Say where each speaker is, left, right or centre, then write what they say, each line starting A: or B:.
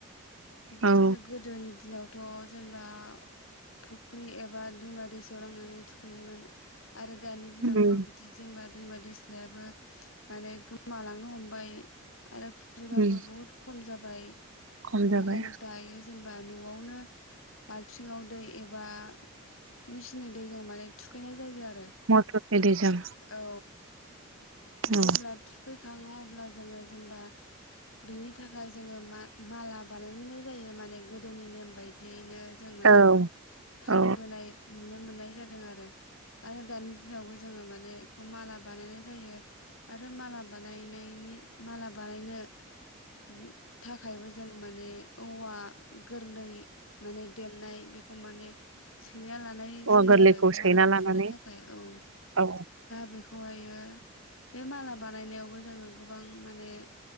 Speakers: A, on the left (about 70°); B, on the right (about 65°).
A: <unintelligible>
B: औ
A: गोदोनि दिनावथ' जेनेबा धुप फुख्रि एबा दैमा-दैसायाव लां नानै थुखैयोमोन। आरो दानि दिनावथ'
B: उम
A: बिदि जेनेबा दैमा -दैस्लायाबो माने गोमालांनो हमबाय। आरो फुख्रिबाबो
B: उम
A: बहुत खम जा बाय।
B: खम जाबाय
A: बेखायनो दायो जेनेबा न'आवनो बाल्थिङाव दै एबा मेसिननि दैजों माने थुखैनाय जायो आर
B: मटर एरिजों।
A: औ
B: औ
A: जेब्ला थुखैखाङो अ ब्ला जोङो जेनेबा बिनि थाखाय जोङो मा-माला बानायनाय जायो माने गोदोनि नेम बायदियैनो जों माने
B: औ
A: एखौ फालिबोनाय
B: औ
A: नुनो मोननाय जादों आरो आरो दानि दिनावबो जोङो माने माला बानायनाय जायो आरो माला बा नायनायनि माला बानायनो उम थाखायबो जों माने औवा गोरलै माने देमनाय बेखौ माने सैना ला नाय
B: औवा
A: जायो
B: गोरलैखौ
A: आरो माला
B: सैना लानानै
A: थुनो थाखाय औ।
B: औ
A: बेखौहायो बे माला बानायनायावबो जोङो गोबां माने